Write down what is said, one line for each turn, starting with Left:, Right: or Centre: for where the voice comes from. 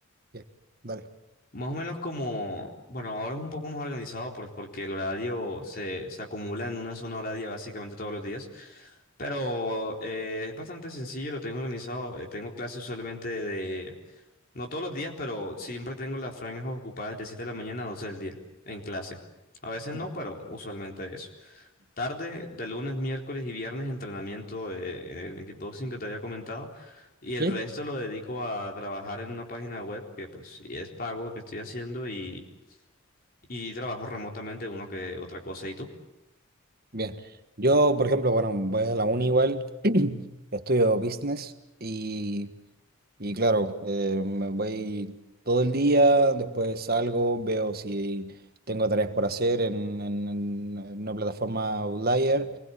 Right: bien, dale.
Left: Más o menos como, bueno, ahora es un poco más organizado pues, porque el horario se, se acumula en una zona horaria básicamente todos los días. Pero eh, es bastante sencillo, lo tengo organizado. eh, tengo clases usualmente de, no todos los días, pero siempre tengo las franjas ocupadas de 7 de la mañana a 12 del día en clase. A veces
Right: Ya.
Left: no, pero usualmente eso. Tarde, de lunes, miércoles y viernes, entrenamiento de, en kickboxing que te había comentado. Y el
Right: ¿Sí?
Left: resto lo dedico a trabajar en una página web que pues sí es pago que estoy haciendo y, y trabajo remotamente uno que otra cosa. ¿Y tú?
Right: Bien. Yo, por ejemplo, bueno, voy a la uni igual, <clears throat> estudio business y... Y claro, eh, me voy todo el día, después salgo, veo si tengo tareas por hacer en, en- en- en una plataforma Outlier.